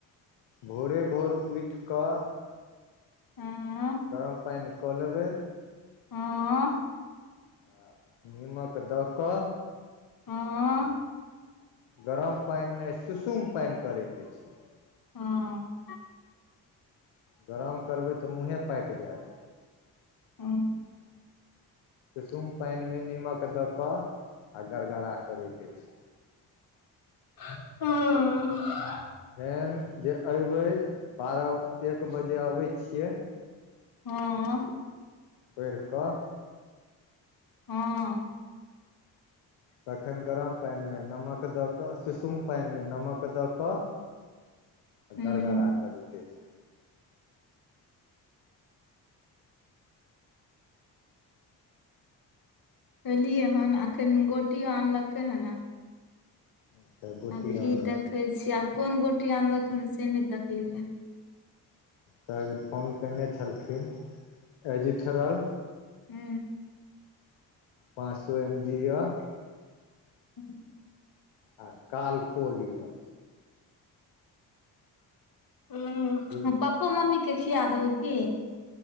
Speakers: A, on the left (about 75°); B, on the left (about 45°).
A: भोरे भोर उठि कऽ
B: हँ
A: गरम पानि क लेबै
B: हँ
A: आ निमक द क
B: हँ
A: गरम पानि नहि सुसुम पानि करैके छै
B: हँ
A: गरम करबै तऽ मुँहे पाकि जायत
B: हँ
A: सुसुम पानिमे निमक दऽ कऽ आ गड़गड़ा करैके छै
B: ह
A: फेन जे अयबै बारह एक बजे अबै छियै
B: हँ
A: पड़ि कऽ
B: हँ
A: तखन गरम पानिमे नमक दऽ कऽ सुसुम पानिमे नमक दऽ कऽ
B: हूँ
A: गड़गड़ा करयके छै
B: खेलियै हन अखन गोटियो आनलकै हन
A: अच्छा गोटी
B: आब ई
A: अनलकै
B: देखै छियै आब कोन गोटी अनलक हन से नहि देखलिय
A: काल्हि फोन कयने छलखिन एजिथरल
B: हू
A: पाँच सौ एम जी यऽ
B: हूँ
A: आ काल पोल य
B: हू
A: बुझ
B: पप्पो मम्मी के खिया देबै की